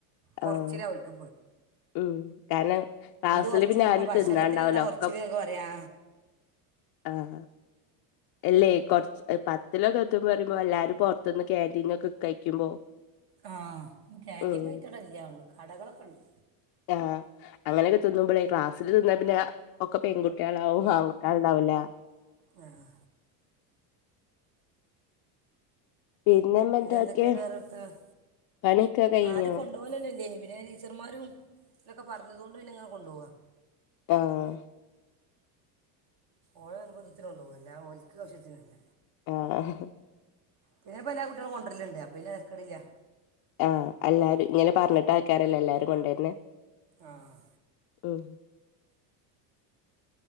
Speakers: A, on the right; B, on the left.
A: കൊറച്ചിലാ
B: ആഹ്
A: അവര്ക്പത്
B: ഉം കാരണം ക്ലാസില്
A: കുറച്ചിലാണ്
B: പിന്നെ ആരും
A: അപ്പോൾ ഭക്ഷണത്തിന്
B: തിന്നാണ്ടാവൂല
A: എന്താ
B: ഒക്കെ
A: കുറച്ചിൽ എന്നൊക്കെ പറയാ
B: ആഹ് അല്ലേ കൊറച്ച് പത്തിലൊക്കെ എത്തുമ്പോ പറയുമ്പോ എല്ലാരും പുറത്തുന്ന് കാന്റീന്നൊക്കെ കഴിക്കുമ്പോ
A: ആഹ് കാന്റീൻ
B: ഉം
A: ആയിട്ട് അവ്ടെ ഇല്ല കടകളൊക്കെണ്ട്
B: ആഹ് അങ്ങനെയൊക്കെ തിന്നു മ്പോളേ ക്ലാസ്സിൽ തിന്നാ പിന്നെ ഒക്കെ പെൺകുട്ടികളാവും ആണ് കുട്ടിയാള്ണ്ടാവൂല
A: ആഹ്
B: പിന്നെമ്മന്തൊക്കെ
A: പിന്നെ ന്തൊക്കെയുണ്ട് വേറെ വർത്താനം
B: പണിയൊക്കെ കഴിഞ്ഞോ
A: ആദ്യ കൊണ്ടോ കൊണ്ടോവൽ തന്നെ ഇല്ലെനി പിന്നെ ടീച്ചർമാരും ഇവരൊക്കെ പറഞ്ഞതുതോണ്ട് പിന്നെങ്ങനെ കൊണ്ടുപോവാ
B: ആഹ്
A: ഓലെ നിർബന്ധത്തിനു കൊണ്ടോവാ അല്ലതെ ഓൽക്ക് ആവശ്യത്തിനല്ല
B: അഹ്
A: പിന്നെപ്പ എല്ലാ കുട്ട്യാളും കൊണ്ടുര്ല്ണ്ട് അപ്പ പിന്നെ തേര്ക്കടില്ലാ.
B: ആഹ് എല്ലാരും ഇങ്ങനെ പറഞ്ഞിട്ടക്കാരല്ല എല്ലാരും കൊണ്ടരുന്നെ
A: ആഹ്
B: ഉം